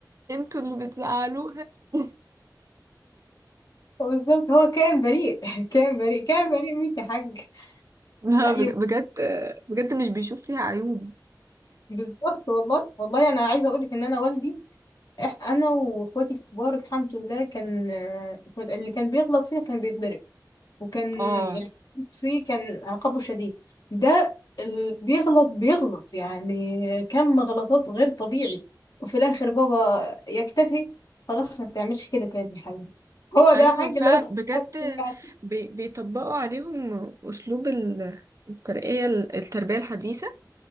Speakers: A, on the right; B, on the left.
A: انتوا اللي بتزعلوها <laughs>
B: بالظبط هو كائن بريء <laughs> كائن بريء كائن بريء مين يا حاج
A: لا
B: لا
A: بج-
B: يب...
A: بجد بجد مش بيشوف فيها عيوب
B: بالظبط والله والله انا عايزه اقول لك ان انا والدي إح- انا واخواتي الكبار الحمد لله كان آه، اللي كان بيغلط فينا كان بيتضرب وكان
A: اه
B: يعني فيه كان عقابه شديد ده اللي بيغلط بيغلط يعني كم غلطات غير طبيعي وفي الاخر بابا يكتفي خلاص ما تعملش كده تاني يا حبيبي هو ده
A: ايوه
B: حاج اللي
A: فعلا
B: ربنا
A: بجد
B: يعطيك عليه.
A: بي- بيطبقوا عليهم أسلوب ال- الترقية التربية الحديثة